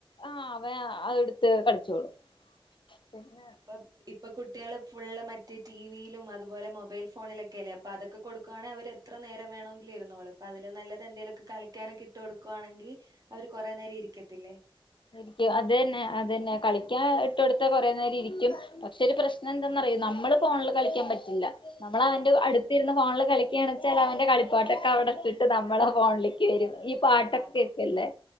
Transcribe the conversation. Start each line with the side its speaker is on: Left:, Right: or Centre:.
Left: ആഹ് അവേൻ അത് എടുത്ത് കളിച്ചോളും പിന്നെ
Right: ഇപ്പ ഇപ്പൊ കുട്ടികള് ഫുള്ള് മറ്റ് ടിവിയിലും അതുപോലെ മൊബൈൽ ഫോണിലൊക്കെ ഒക്കെ അല്ലെ അതൊക്കെ കൊടുക്കവാണെ അവര് എത്ര നേരം വേണെങ്കി ഇരുന്നോളും അതില് നല്ലത് എന്തേലൊക്കെ കളിക്കാനൊക്കെ ഇട്ട് കൊടുക്കുവാണെങ്കില് അവര് കൊറെ നേരം ഇരിക്കത്തില്ലേ
Left: ശരിക്കും അത് തന്നെ അത് തന്നെ കളിക്കാൻ ഇട്ട് കൊടുത്ത കൊറെ നേരം ഇരിക്കും പക്ഷെ ഒരു പ്രശ്നം എന്താന്നറിയോ നമ്മള് ഫോണില് കളിക്കാൻ പറ്റില്ല നമ്മള അവന്റെ
Right: ആഹ്
Left: അടുത്തിരുന്ന് ഫോണില് കളിക്കാണെച്ചാൽ അവന്റെ കളിപ്പട്ടൊക്കെ
Right: അവൻ നോക്കും
Left: അവിടെ ഇട്ടിട്ട് നമ്മളെ ഫോണില് ക്ക് വരും ഈ പാട്ടൊക്കെ
Right: അതെ
Left: കേക്കല്ലേ